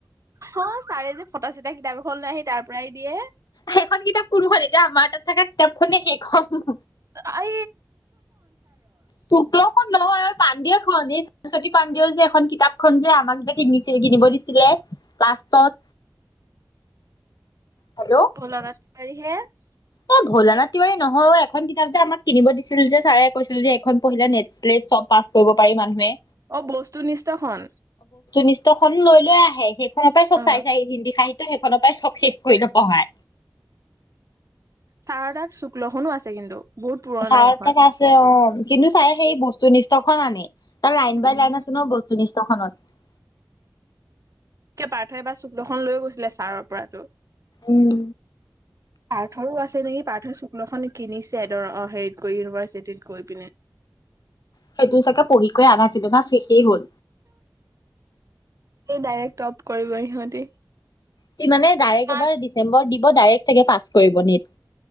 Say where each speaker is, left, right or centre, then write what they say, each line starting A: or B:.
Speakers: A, on the right (about 45°); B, on the left (about 65°).
A: অ ছাৰে যে ফটা চিটা কিতাপ এখন লৈ আহি তাৰ পৰাই দিয়ে।
B: সেইখন কিতাপ কোনখন এতিয়া আমাৰ তাত থকা কিতাপখনে সেইখন।
A: আহ
B: শুকখন নহয় পাণ্ডিয়া খন এই সৰস্বতী পাণ্ডেৰ যে এখন কিতাপখন যে আমাক যে কিনিছিল কিনিব দিছিলে। লাষ্টত। হেল্ল'
A: ভলা ৰাতি বাৰি হে। <unintelligible>
B: এ ভোলানাথ তিৱাৰী নহয়ও এখন কিতাপ যে আমাক কিনিব দিছিল যে ছাৰে কৈছিল যে এখনপঢ়িলে নেট্ট চব পা। <unintelligible> কৰিব পাৰি মানুহে।
A: অ বস্তু নিষ্ঠখন।
B: নিষ্ট খন লৈ লৈ আহে সেইখনৰ পৰাই চব
A: অ
B: চাই চাই হিন্দী সাহিত্য সেইখনৰ পৰাই চব শেষ কৰি পঢ়ায়।
A: ছাৰ তাত শুক্ল খননো আছে কিন্তু। বহুত পুৰণা
B: ছাৰত
A: সেইখন
B: তাত আছে অ কিন্তু ছাৰে সেই বস্তু নিষ্ট খন আনে। তাৰ লাইন
A: উম
B: বাই লাইন আছে ন বস্তুনিষ্টখনত।
A: পাৰ্থ এবাৰ শুক্লখন লৈ গৈছিলে ছাৰৰ পৰাটো।
B: উম
A: পাৰ্থৰো আছে নেকি পাৰ্থ শুক্লখন কিনিছে ধৰ অ হেৰিত গৈ ইউনিভাৰ্চিটি গৈ পিনে।
B: সেইটো চাগে পঢ়ি কৈ আধাছিলেভাচ শেষেই হ'ল।
A: ডাইৰেক্ট টপ কৰিব সিহঁতি।
B: সি মানে ডাৰেক্ট
A: মাত
B: এবাৰ ডিচম্বৰ দিব ডাৰেক্ট পাছ কৰিব নেট।